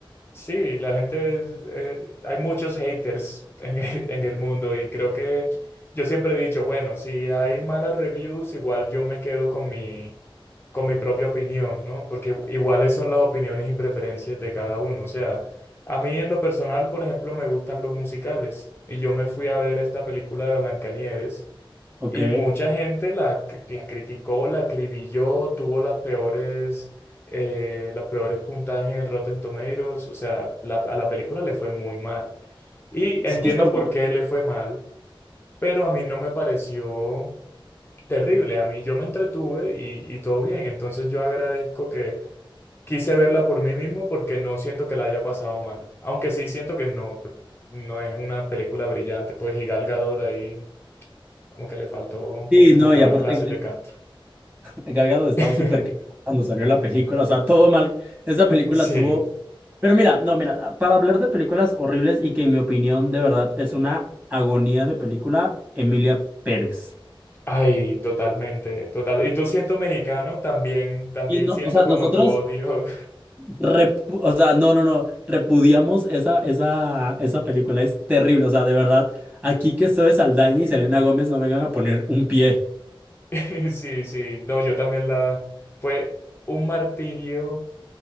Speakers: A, on the left (about 25°); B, on the right (about 20°).
A: Sí, la gente, es- eh, hay muchos haters <laughs> en, el en el mundo y creo que yo siempre he dicho, bueno, si hay malas reviews, igual yo me quedo con mi, con mi propia opinión, ¿no? Porque iguales son las opiniones y preferencias de cada uno. O sea, a mí en lo personal, por ejemplo, me gustan los musicales y yo me fui a ver esta película de Blancanieves.
B: ¿ok?
A: Y mucha gente la, cri- la criticó, la acribilló, tuvo las peores, eh, los peores puntajes en Rotten Tomatoes. O sea, la- a la película le fue muy mal. Y
B: Sí,
A: entiendo por qué le fue mal, pero a mí no me pareció terrible. A mí yo me entretuve y, y todo bien. Entonces yo agradezco que quise verla por mí mismo porque no siento que la haya pasado mal. Aunque sí siento que no, no es una película brillante. Pues y Gal Gadot ahí. Como que le faltó,
B: Sí,
A: le
B: no,
A: faltaron
B: y aparte
A: clases de canto.
B: Galgado <laughs> estaba
A: <laughs>
B: súper quemado cuando salió la película, o sea, todo mal. Esa película
A: Sí,
B: tuvo... Pero mira, no, mira, para hablar de películas horribles y que en mi opinión de verdad es una agonía de película, Emilia Pérez.
A: ay, totalmente, total. Y tú siento mexicano, también, también
B: Y no,
A: siento
B: o sea, nosotros,
A: como tu odio.
B: repu- o sea, no, no, no, repudiamos esa, esa, esa película, es terrible, o sea, de verdad, aquí que Zoe Saldaña y Selena Gómez no vengan a poner un pie.
A: <laughs> Sí, sí, no, yo también la, fue un martirio